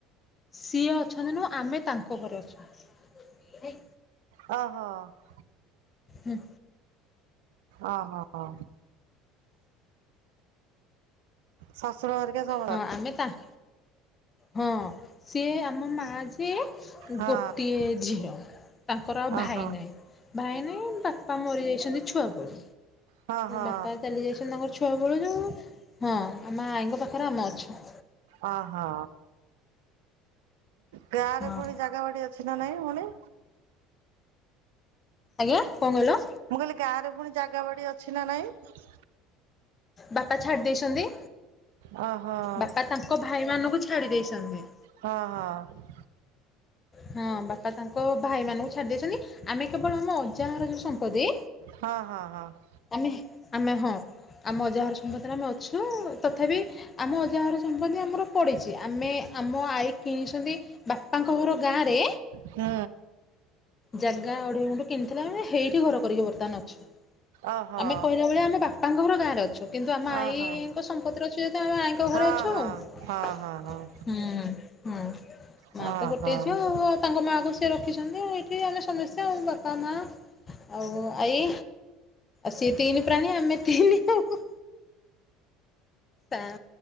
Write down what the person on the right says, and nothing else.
ଅ ହ
ଅ ହ, ହ ସସୁର ଘରିକା ସବୁ
ହଁ
ଓହୋ।
ହଁ ହଁ
ଓ, ହଁ ଗାଁରେ
ପୁଣି ଜାଗା ବାଡି଼ ଅଛି ନା ନାଇଁ ପୁଣି।
ମୁଁ କହିଲି ଗାଁରେ ପୁଣି ଜାଗା ବାଡି଼ ଅଛି ନା ନାଇଁ।
ଅ, ହ
ହ, ହ
ହଁ, ହଁ, ହଁ।
ହୁଁ
ଓହୋ
ଓହୋ।
ହଁ
ହଁ
ହଁ ହଁ ହଁ
ଓହୋ